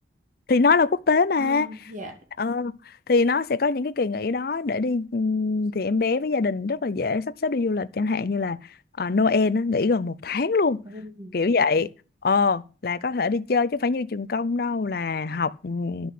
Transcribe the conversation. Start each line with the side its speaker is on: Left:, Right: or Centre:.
Left: thì nó là quốc tế mà
Right: Ờ, dạ.
Left: Ờ, thì nó sẽ có những cái kỳ nghỉ đó để đi ừm, thì em bé với gia đình rất là dễ sắp xếp đi du lịch chẳng hạn như là ờ, Noel nó nghỉ gần một tháng luôn
Right: Ừ.
Left: kiểu vậy ờ là có thể đi chơi chứ phải như trường công đâu là học ừm,